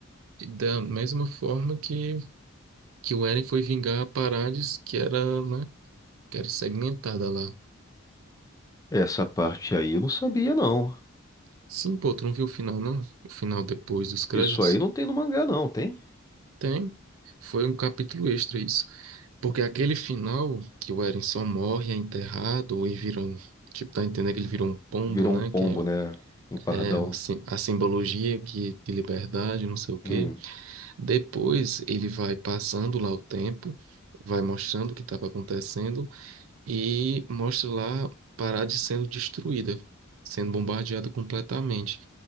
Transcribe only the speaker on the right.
e da mesma forma que, que o Eren foi vingar Paradis, que era, né? Que era segmentada lá.
Sim, pô, tu não viu o final, não? O final depois dos créditos?
Tem. Foi um capítulo extra isso. Porque aquele final, que o Eren só morre, é enterrado e vira um. Tipo, tá entendendo que ele virou um pombo,
né?
Que
é,
é assim, a simbologia que de liberdade, não sei o quê.
Depois ele vai passando lá o tempo, vai mostrando o que estava acontecendo e mostra lá Parade sendo destruída, sendo bombardeada completamente.